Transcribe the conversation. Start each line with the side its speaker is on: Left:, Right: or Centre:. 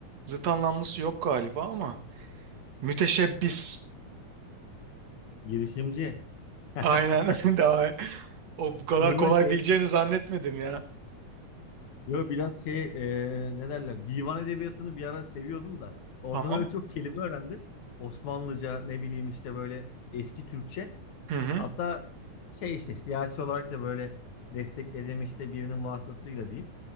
Right: Zıt anlamlısı yok galiba ama müteşebbis.
Left: Girişimci. <laughs>
Right: Aynen <laughs> daha o bu kadar
Left: Bununla
Right: kolay
Left: şey
Right: bileceğini zannetmedim ya.
Left: Yo biraz şey e, ne derler divan edebiyatını bir ara seviyordum da orada
Right: Tamam.
Left: böyle çok kelime öğrendim. Osmanlıca ne bileyim işte böyle eski Türkçe.
Right: Hı hı.
Left: Hatta şey işte siyasi olarak da böyle destekleyeceğim işte birinin vasıtasıyla diyeyim.